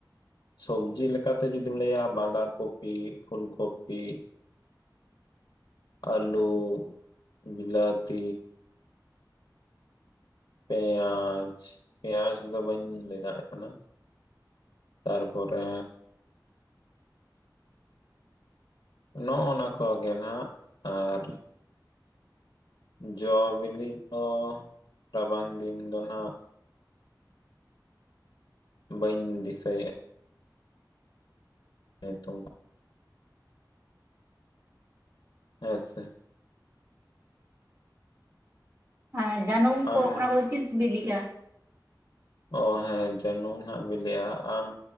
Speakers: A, on the left (about 80°); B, on the right (about 35°).
A: ᱥᱚᱵᱡᱤ ᱞᱮᱠᱟᱛᱮ ᱡᱩᱫᱤᱢ ᱞᱟᱹᱭᱟ, ᱵᱟᱸᱫᱷᱟ ᱠᱚᱯᱤ, ᱯᱷᱩᱞ ᱠᱚᱯᱤ ᱟᱹᱞᱩ, ᱵᱤᱞᱟᱹᱛᱤ ᱯᱮᱭᱟᱡᱽ, ᱯᱮᱭᱟᱡᱽ ᱫᱚ ᱵᱟᱹᱧ ᱞᱟᱹᱭ ᱫᱟᱲᱮᱭᱟᱜ ᱠᱟᱱᱟ ᱛᱟᱨᱯᱚᱨᱮ ᱱᱚᱜᱼᱚᱱᱟ ᱠᱚᱜᱮ ᱱᱟᱦᱱᱟᱜ ᱟᱨ ᱾ ᱡᱚ ᱵᱤᱞᱤ ᱫᱚ ᱨᱟᱵᱟᱝ ᱫᱤᱱ ᱫᱚ ᱦᱟᱜ ᱾ ᱵᱟᱹᱧ ᱫᱤᱥᱟᱹᱭᱮᱫ ᱾ ᱦᱮ ᱛᱷᱚᱝ ᱦᱮᱸ ᱥᱮ
B: ᱟᱨ ᱡᱟᱹᱱᱩᱢ ᱠᱚ
A: ᱟᱢ
B: ᱚᱱᱟ ᱠᱚᱫᱚ ᱛᱤᱥ ᱵᱤᱞᱤᱜᱼᱟ
A: ᱚ ᱦᱮᱸ ᱡᱟᱱᱩᱢ ᱦᱟᱹ ᱵᱤᱞᱤᱜ-ᱟ ᱟᱢ